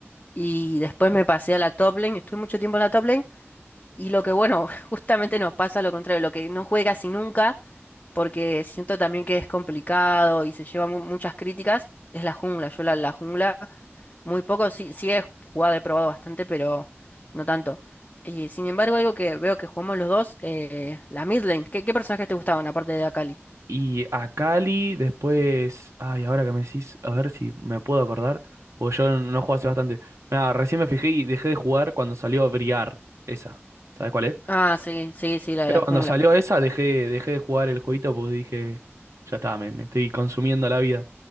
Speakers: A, on the left; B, on the right.
A: Y después me pasé a la top lane, estuve mucho tiempo en la top lane. Y lo que, bueno, <laughs> justamente nos pasa lo contrario, lo que no juega casi nunca, porque siento también que es complicado y se lleva mu- muchas críticas, es la jungla. Yo la, la jungla. Muy poco, sí, sí he jugado, he probado bastante, pero no tanto. Y sin embargo, algo que veo que jugamos los dos, eh, la mid lane. ¿Qué, qué personajes te gustaban aparte de Akali?
B: Y Akali después. Ay, ahora que me decís, a ver si me puedo acordar. Porque yo no jugué hace bastante. Nada, recién me fijé y dejé de jugar cuando salió Briar. Esa. ¿Sabes cuál es?
A: Ah, sí, sí, sí, la
B: Pero
A: de la
B: cuando
A: jungla.
B: salió esa dejé, dejé de jugar el jueguito porque dije, ya está, me, me estoy consumiendo la vida.